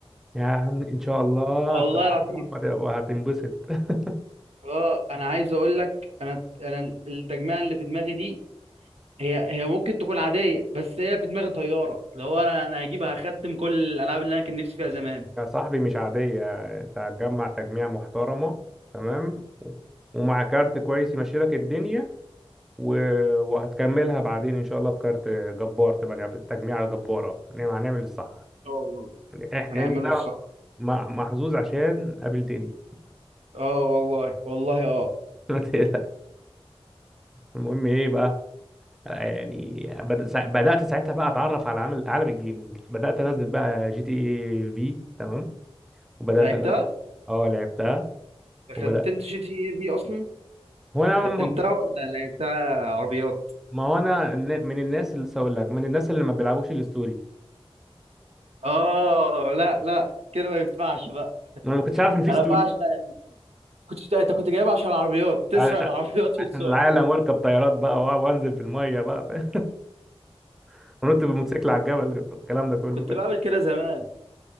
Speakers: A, in the centre; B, on the right.
A: يا عم ان شاء الله
B: والله
A: هتتعلم
B: العظيم
A: وهت- وهتنبسط <laughs>
B: اه انا عايز اقول لك انا انا التجميعه اللي في دماغي دي هي هي ممكن تكون عاديه بس هي في دماغي طياره اللي هو انا انا هجيبها هختم كل الالعاب اللي انا كان نفسي فيها زمان
A: يا صاحبي مش عاديه تجمع تجميع محترمه تمام و- ومع كارت كويس يمشي لك الدنيا و... وهتكملها بعدين ان شاء الله بكارت جبار تبقى جب... تجميعه جباره نعم هنعمل الصح
B: اه والله
A: إح...
B: هنعمله
A: انت
B: الصح
A: م- محظوظ عشان قابلتني
B: اه والله والله اه
A: <laughs> ما تقلق المهم ايه بقى يعني بد- سا- بدأت ساعتها بقى اتعرف على عالم عالم الجيمنج بدأت انزل بقى جي تي اي في تمام وبدأت
B: لعبتها
A: انزل اه لعبتها
B: ختمت
A: وبدأت
B: جي تي اي في اصلا
A: هو انا
B: ختمتها
A: م-
B: ولا لعبتها عربيات
A: ما هو انا ن- من الناس اللي لسه هقول لك من الناس اللي ما بيلعبوش الستوري
B: اه لا لا كده ما ينفعش بقى
A: انا ما كنتش عارف ان في
B: انا
A: ستوري
B: بعشق ال- كنت انت كنت جايب عشان العربيات تسرق
A: علشان
B: العربيات
A: عشان
B: وتسوق
A: العالم واركب طيارات بقى وأ- وانزل في الميه بقى فاهم <laughs> ونط بالموتوسيكل على الجبل الكلام ده كله
B: كنت
A: فاهم
B: بعمل كده زمان